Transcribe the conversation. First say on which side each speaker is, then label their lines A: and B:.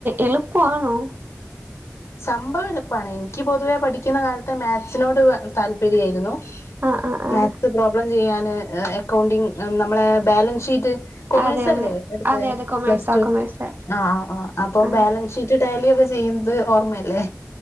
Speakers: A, on the right; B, on the left.
A: എളുപ്പ ആണോ
B: സംഭവം എളുപ്പാണ് എനിക്ക് പൊതുവേ പഠിക്കുന്ന കാലത്തെ മാത്‌സിനോട് താല്പര്യായിരുന്നു
A: ആഹ് ആഹ് ആഹ്
B: മാത്സ് പ്രോബ്ലം ചെയ്യാൻ അക്കൗണ്ടിംഗ നമ്മളെ ബാലൻസ് ഷീറ്റ് കൊമേഴ്സ്ല്ലേ
A: അതെ അതെ
B: എടുത്ത
A: അതെ അതെ കൊമേഴ്സാ
B: പ്ലസ് ടു
A: കൊമേഴ്സാ
B: ആഹ ആ് അപ്പൊ
A: ആഹ്
B: ബാലൻസ് ഷീറ്റ് ടാലിക്കെ ചെയ്യുന്നത് ഓർമ്മയല്ലേ